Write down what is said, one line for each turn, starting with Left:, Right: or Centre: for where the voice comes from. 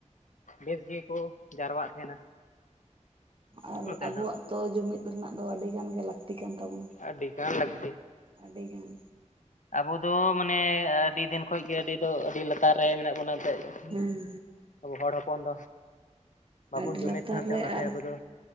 Left: ᱵᱮᱥ ᱜᱮᱠᱚ ᱡᱟᱨᱣᱟᱜ ᱛᱟᱦᱮᱱᱟ
Right: ᱟᱨ
Left: ᱱᱚᱛᱮ
Right: ᱟᱵᱚᱣᱟᱜ
Left: ᱫᱚ
Right: ᱛᱚ ᱡᱩᱢᱤᱫᱽ ᱨᱮᱱᱟᱜ ᱫᱚ ᱟᱹᱰᱤ ᱜᱟᱱ ᱜᱮ ᱞᱟᱹᱠᱛᱤ ᱾ ᱞᱟᱹᱠᱛᱤ ᱠᱟᱱ ᱛᱟᱵᱚᱱᱟ
Left: ᱟᱹᱰᱤᱜᱟᱱ ᱞᱟᱹᱠᱛᱤ
Right: ᱟᱹᱰᱤ ᱜᱟᱱ
Left: ᱟᱵᱚ ᱫᱚ ᱢᱟᱱᱮ ᱟᱹᱰᱤ ᱫᱤᱱ ᱠᱷᱚᱡ ᱜᱮ ᱟᱹᱰᱤ ᱫᱚ ᱟᱹᱰᱤ ᱞᱟᱛᱟᱨ ᱨᱮ ᱢᱮᱱᱟᱜ ᱵᱚᱱᱟ
Right: ᱦᱮᱸ
Left: ᱾ ᱟᱵᱚ ᱦᱚᱲ ᱦᱚᱯᱚᱱ ᱫᱚ ᱵᱟᱵᱚᱱ
Right: ᱟᱹᱰᱤ
Left: ᱡᱩᱢᱤᱫ
Right: ᱞᱟᱛᱟᱨ
Left: ᱠᱟᱱᱛᱮ
Right: ᱨᱮ
Left: ᱚᱱᱟᱛᱮ
Right: ᱟᱨ
Left: ᱟᱵᱚ ᱫᱚ